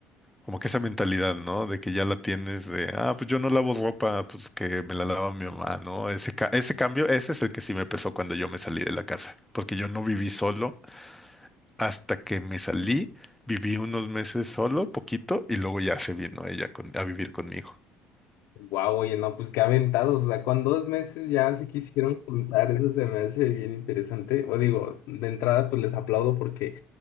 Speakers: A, in the centre; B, on the left.
A: como que esa mentalidad, ¿no? De que ya la tienes de, ah, pues yo no lavo ropa, pues que me la lava mi mamá, ¿no? Ese, ca- ese cambio, ese es el que sí me pesó cuando yo me salí de la casa, porque yo no viví solo hasta que me salí, viví unos meses solo, poquito, y luego ya se vino ella con- a vivir conmigo.
B: Wow, oye, no, pues qué aventados, o sea, con dos meses ya se quisieron juntar, eso se me hace bien interesante. O digo, de entrada, pues les aplaudo porque